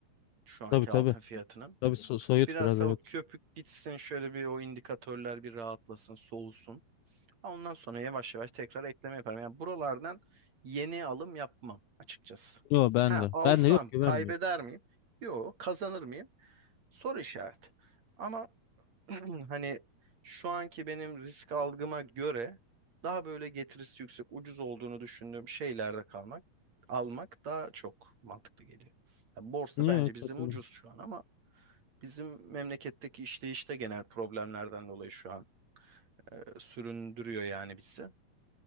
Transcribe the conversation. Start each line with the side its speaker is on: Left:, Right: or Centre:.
Right: şu anki
Left: Tabii tabii.
Right: altın fiyatının.
Left: Tabii so- soyut
Right: Biraz
Left: biraz
Right: daha
Left: evet.
Right: o köpük gitsin şöyle bir o indikatörler bir rahatlasın, soğusun. Ha, Ondan sonra yavaş yavaş tekrar ekleme yaparım. Yani buralardan yeni alım yapmam açıkçası.
Left: Yok ben
Right: Ha
Left: de.
Right: alsam
Left: Ben de yok güvenmiyorum.
Right: kaybeder miyim? Yok, kazanır mıyım? Soru işareti. Ama <clears throat> hani şu anki benim risk algıma göre daha böyle getirisi yüksek, ucuz olduğunu düşündüğüm şeylerde kalmak, almak daha çok mantıklı geliyor. Ya borsa
Left: Niye
Right: bence bizim
Left: katıldım?
Right: ucuz şu an ama Bizim memleketteki işleyişte genel problemlerden dolayı şu an e, süründürüyor yani bizi.